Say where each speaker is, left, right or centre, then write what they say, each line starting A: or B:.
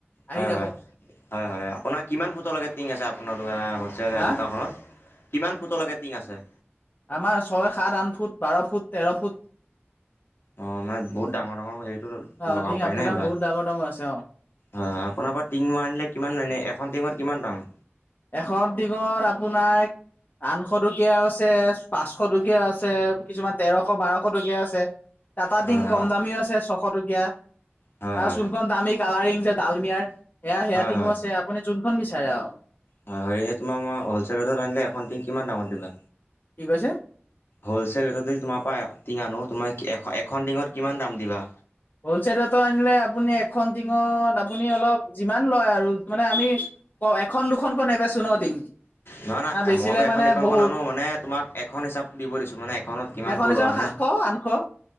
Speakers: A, on the left; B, on the left.
A: আহি
B: হয়-হয়-হয়-হয়
A: যাব।
B: আপোনাক কিমান ফুটলৈকে টিং আছে আপোনাৰ হ'ল চেল
A: হা
B: দোকানখনত কিমান ফুটৰলৈকে টিং আছে।
A: আমাৰ ছয় সাত আঠ ফুট বাৰ ফুট তেৰ ফুট
B: অ' মানে বহুত ডাঙৰ ডাঙৰ হেৰিটো
A: অ
B: লগাব
A: ডিং
B: পাৰি
A: আপোনাৰ
B: ন এইবিলাক।
A: বহুত ডাঙৰ ডাঙৰ আছে অ
B: হয় হয় আপোনাৰ পৰা টিং মই আনিলে কিমান এনেই এখন টিঙত কিমান দাম?
A: এখন টিংত আপোনাৰ আঠশ টকীয়াও আছে, পাচশ টকীয়াও আছে। কিছুমান তেৰশ বাৰশ টকীয়া আছে, টাটা
B: হয়
A: টিংক
B: হয়
A: কম দামীও আছে ছশ টকীয়া। আহ
B: হয় হয়।
A: শুনখন দামি কালাৰিং যে ডালমিয়াৰ, সেয়া সেয়াটিঙো
B: হয় হয়
A: আছে আপুনি যোনখন বিচাৰে আৰু
B: হয় হয় এনেই তোমাৰ মই হ'লচেল ৰেটত আনিলে এখন কিমান দামত দিবা?
A: কি কৈছে
B: হল'চেল ৰেটতে যদি তোমাৰ পা টিঙ আনো, তোমাৰ এ এখন টিঙত কিমান দাম দিবা?
A: হলচলতো আনিলে আপুনি এখন টিঙত আপুনি অলপ যিমান লয় আৰু মানে আমি এখন দুখনকৈ নেবেছো ন টিং
B: নহয় নহয়,
A: বেচিলে
B: মইতো এখন
A: মানে
B: দুখনকৈ
A: বহু
B: নানো, মানে তোমাক এখন হিচাপ দিব দিছো মানে এখত কিমানকৈ
A: এখন এজনৰ
B: লোৱা মানে
A: সাতশ আঠশ